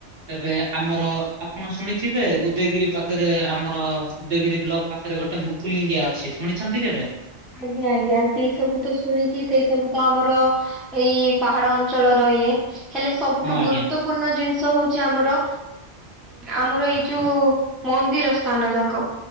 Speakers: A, on the right; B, in the centre.
A: ତେବେ ଆମର ଆପଣ ଶୁଣିଥିବେ ଉଦୟଗିରି ପାଖରେ ଆମର ଉଦୟଗିରି ବ୍ଲକ୍ ପାଖରେ ଗୋଟେ ମୁକୁଲିଙ୍ଗିଆ ଅଛି ଶୁଣିଛନ୍ତି କେବେ?
B: ଆଜ୍ଞା ଆଜ୍ଞା ସେଇ ସବୁ ତ ଶୁଣିଚି ସେଇ ସବୁ ତ ଆମର ଏଇ ପାହାଡ ଅଞ୍ଚଳର ଇଏ ହେଲେ ସବୁଠୁ
A: ହଁ ଆଜ୍ଞା
B: ଗୁରୁତ୍ୱ ପୂର୍ଣ୍ଣ ଜିନିଷ ହଉଚି ଆମର ଆମର ଏଇ ଯୋଉ ମନ୍ଦିର ସ୍ଥାନ ଯାକ।